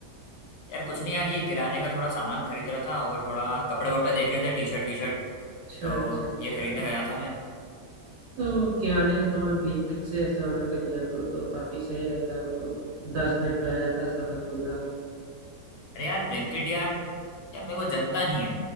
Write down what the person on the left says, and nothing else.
यार कुछ नहीं यार ये किराने का थोड़ा सामान खरीद रहा था और थोड़ा कपड़े वपड़े देख रहे थे टी शर्ट वी शर्ट
तो
ये खरीदने गया था मैं
अरे यार ब्लिंकिट यार यार मेरे को जमता नहीं है